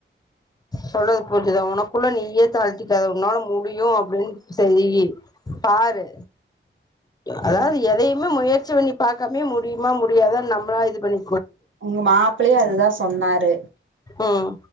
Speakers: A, on the left; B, on the right.
A: சொல்றது புரிஞ்சுதா உனக்குள்ள நீயே தழ்த்திக்காத உன்னாலும் முடியு அப்பிடின்னு செய்யி பாரு அதாவ்து
B: ம்
A: எதையுமே முயற் ற்சி பண்ணி பாக்காம்யே முடியுமா முடியாத நம்மளா இது பண்ணி
B: உங்க மாப்பிள்ளேயு அதுதா சொ ன்னார்
A: ம்